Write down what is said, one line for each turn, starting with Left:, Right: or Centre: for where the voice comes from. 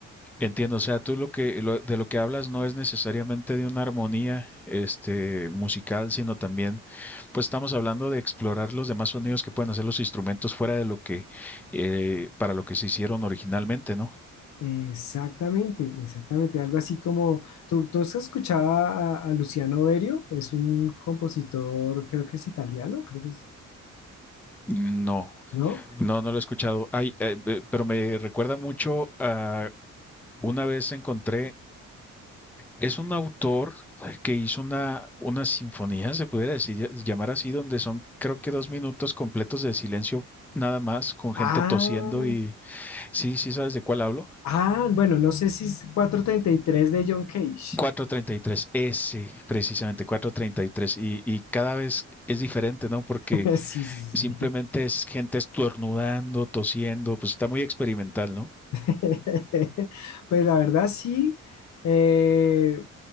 Centre: Entiendo, o sea, tú lo que lo- de lo que hablas no es necesariamente de una armonía este musical, sino también pues estamos hablando de explorar los demás sonidos que pueden hacer los instrumentos fuera de lo que eh, para lo que se hicieron originalmente, ¿no?
Left: exactamente, exactamente. Algo así como, ¿tú, tú has escuchado a, a Luciano Berio? Es un compositor, creo que es italiano, creo que es,
Centre: No,
Left: ¿no?
Centre: no, no lo he escuchado. Ay, eh, ve- pero me recuerda mucho a una vez encontré Es un autor que hizo una, una sinfonía, se pudiera decir, ll- llamar así, donde son creo que dos minutos completos de silencio nada más, con gente
Left: Ah,
Centre: tosiendo y sí, sí sabes de cuál hablo.
Left: ah, bueno, no sé si es cuatrocientos treinta y tres de John Cage.
Centre: cuatrocientos treinta y tres ese, precisamente, 433. Y, tres. y y cada vez es diferente, ¿no? Porque
Left: <laughs> Sí, sí,
Centre: simplemente
Left: sí.
Centre: es gente estornudando, tosiendo, pues está muy experimental, ¿no?
Left: <laughs> Pues la verdad sí. Eh,